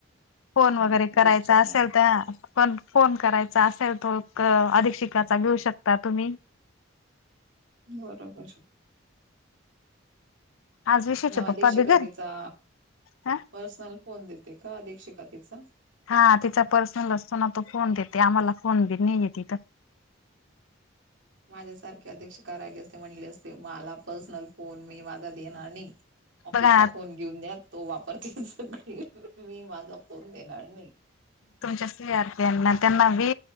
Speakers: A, on the left; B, on the right.
A: फोन
B: हा
A: वगैरे करायचा
B: गेटच्या
A: असेल
B: बाहेर
A: तर पण फोन करायचा असेल तो क, अधिक शिकाचा घेऊ शकता तुम्ही.
B: बरोबर.
A: आज विशूचे
B: मग
A: पप्पा
B: अधिक शिकातीचा
A: बिगर ह
B: पर्सनल फोन देते का अधिक शिकातीचा.
A: हां तिचा पर्सनल असतो ना तो फोन देते आम्हांला फोन बी नाही येत तिथ.
B: माझ्यासारखे अध्यक्षकार राहिले असते म्हणले असते मला पर्सनल फोन मी माझा देणार नाही. ऑफिसचा
A: बघा
B: फोन घेऊन द्या तो वापरतील, मी माझा फोन देणार नाही.
A: तुमच्या सी आर पीं ना त्यांना वी